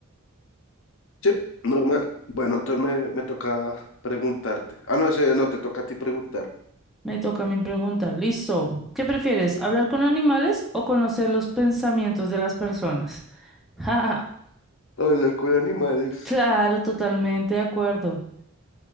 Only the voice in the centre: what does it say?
Me toca a mí preguntar, listo, ¿qué prefieres, hablar con animales o conocer los pensamientos de las personas? <laughs> Jaja,
claro, totalmente de acuerdo.